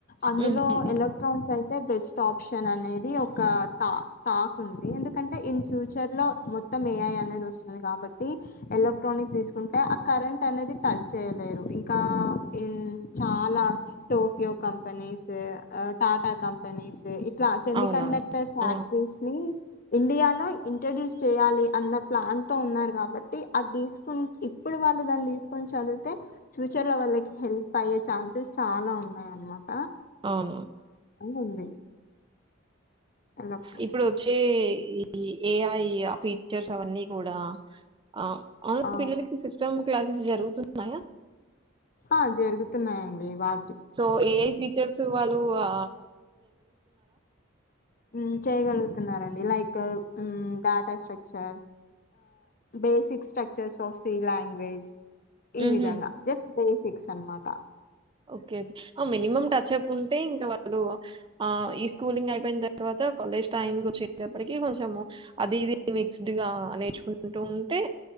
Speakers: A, on the left; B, on the right.
A: అందులో
B: హుహు.
A: ఎలక్ట్రాన్స్ అయి బెస్ట్ ఆప్షన్ అనేది ఒకా టాక్ ఉంది ఎందుకంటే ఇన్ ఫ్యూచర్ లో మొత్తం ఏఐ అనేది వస్తుంది కాబట్టి ఎలక్ట్రానిక్స్ తీసుకుంటే ఆ కరెంట్ అనేది టచ్ చేయలేరు ఇంకా ఇన్ చాలా టోక్యో కంపెనీస్ టాటా కంపెనీస్ లా సెమమి
B: అవునవును.
A: కండక్టర్ ఫ్యాక్టరీస్
B: ఆ!
A: ని ఇండియాలో ఇంట్రడ్యూస్ చేయాలి అన్న ప్లాన్తో ఉన్నారు కాబట్టి అది తీసుకుని ఇప్పుడు వాళ్ళు దాన్ని తీసుకొని చదివితే ఫ్యూచర్ లో వాళ్ళకి హెల్ప్ అయ్యే ఛాన్సెస్ చాలా ఉన్నాయి అన్నమాట
B: అవును
A: ఉంది ఎలక్ట్రానిక్స్.
B: ఇప్పుడు వచ్చే ఇ ఈ ఏఐ ఆ ఫీచర్స్ అవన్నీ కూడా ఆ అవును
A: ఆ!
B: పిల్లల కి సిస్టమ్ క్లాసెస్ జరుగుతున్నాయా
A: ఆ జరుగుతున్నాయండి వాటి
B: సో ఏఐ ఫీచర్స్ వాళ్ళు ఆ
A: హుమ్ చేయగలుగుతున్నారు like data structure basic structures of C language ఈ
B: హుహు.
A: విధంగా జస్ట్ ఫిక్స్ అన్మాట
B: ఓకే ఓకే మినిమం టచ్అప్ ఉంటే ఇంకా ఆ ఈ స్కూలింగ్ అయిపోయిన తర్వాత కాలేజ్ టైమ్ వచ్చేటప్పటికి కొంచెము అది ఇది మిక్స్డ్ గా నేర్చుకుంటూ ఉంటే